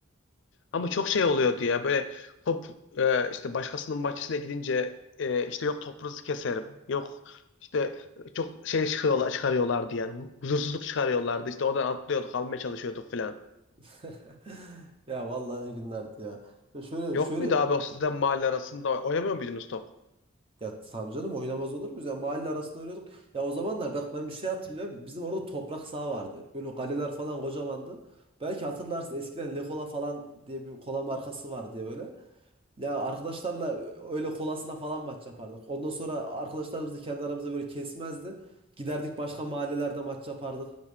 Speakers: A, on the left (about 65°); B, on the right (about 30°).
A: Ama çok şey oluyordu ya böyle top e, işte başkasının bahçesine gidince e, işte yok topunuzu keserim yok işte çok şey çıkıyorlar, çıkarıyorlardı yani huzursuzluk çıkarıyorlardı işte oradan atlıyorduk almaya çalışıyorduk falan.
B: <laughs> Ya vallahi ne günlerdi ya. Ya şöyle
A: Yok
B: şöyle
A: muydu abi o sizden mahalle arasında oynamıyor muydunuz top?
B: ya tabii canım oynamaz olur muyuz? Ya mahalle arasında oynuyorduk. Ya o zamanlar bak ben bir şey hatırlıyorum. Bizim orada toprak saha vardı. Böyle kaleler falan kocamandı. Belki hatırlarsın eskiden Lekola falan diye bir kola markası vardı diye böyle. Ya arkadaşlarla öyle kolasına falan maç yapardık. Ondan sonra arkadaşlarımız da kendi aramızda böyle kesmezdi. Giderdik başka mahallelerde maç yapardık.